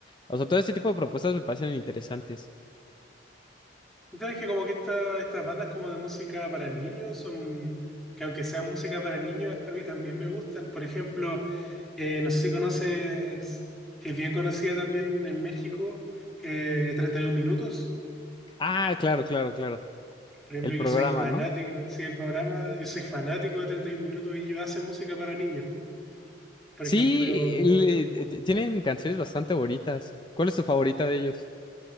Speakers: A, on the left; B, in the centre.
A: O sea, todo este tipo de propuestas me parecen interesantes.
B: Entonces que como que esta- estas bandas como de música para niños son, que aunque sea música para niños, a mí también me gustan. Por ejemplo, eh, no sé si conoces, que es bien conocida también en México, eh, 31 Minutos.
A: Ah, claro, claro, claro.
B: Por ejemplo,
A: El programa,
B: yo soy fanático,
A: ¿no?
B: así del programa, yo soy fanático de 31 Minutos y ellos hacen música para niños. Por
A: Sí,
B: ejemplo,
A: le- t- tienen canciones bastante bonitas. ¿Cuál es tu favorita de ellos?